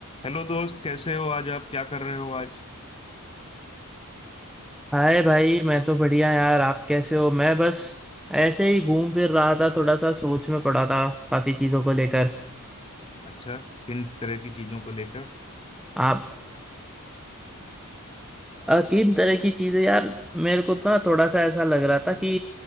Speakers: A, on the left (about 25°); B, in the centre.
A: Hello दोस्त कैसे हो आज आप क्या कर रहे हो आज
B: हाय भाई मैं तो बढ़िया यार आप कैसे हो मैं बस ऐसे ही घूम फिर रहा था थोड़ा सा सोच में पड़ा था काफी चीजों को लेकर
A: अच्छा किन तरह की चीजों को लेकर
B: आप अ, किन तरह की चीजें यार मेरे को तो ना थोड़ा सा ऐसा लग रहा था कि